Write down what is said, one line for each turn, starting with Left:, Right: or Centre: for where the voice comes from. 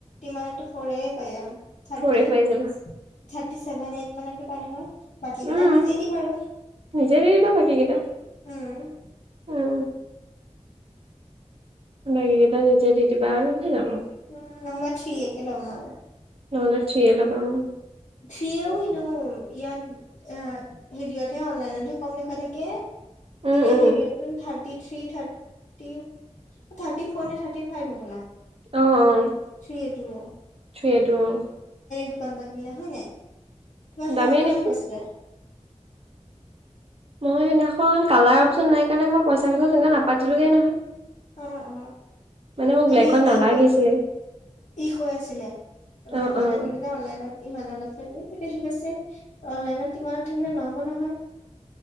Left: ইমানতো ফৰ এ পাই যাম থ্টি
Right: ফ'ৰ এ পাই যাবা
Left: থাৰ্টিছেভেন এইট মানত। এইটো পালে হয়। বাকী কেইটা
Right: উম
Left: নিজেই দিম আৰু
Right: নিজে দি দিবা বাকী কেইটা
Left: উম।
Right: উম বাকী কেইটা নিজে দি দিবা আৰু হৈ যাব।
Left: উম নহবা থ্ৰী এ কে লম মই।
Right: নহলে থ্ৰী লবা উম।
Left: থ্ৰ্ৰীও এনেও ইয়াত হেৰিতহে অনলাইনতহে কম লেখা থাকে।
Right: উম
Left: এনেই
Right: উম
Left: হেৰিত চোন thirty three thirty thirty four নে থাৰ্টি ফাইভ হবলা?
Right: অ' অ'
Left: থ্ৰী এইটো।
Right: থ্ৰী এ টো অ'
Left: দোকানৰ পৰা কিনিলে হয় নাই? তোমাৰ সিদিনাখন
Right: দামেই
Left: কিমান
Right: নেকি
Left: কৈছিলে?
Right: মই সেইদিনাখন কালাৰ অপশচন নাই কাৰণে মই পইচা কথা তেনেকে নাপাতিলো গেই নহয়।
Left: অ অ
Right: মানে মোক
Left: তাৰমানে
Right: ব্লেকত নালাগিছিলে।
Left: ই কৈ ই কৈ আছিলে তাৰ মানে
Right: অ'
Left: মই
Right: অ'
Left: যে ক'লো যে অনলাইন ইমানত আছে যে তেতিয়া সি কৈছে অনলাইনত ইমানত থাকিলে নহব নহয়।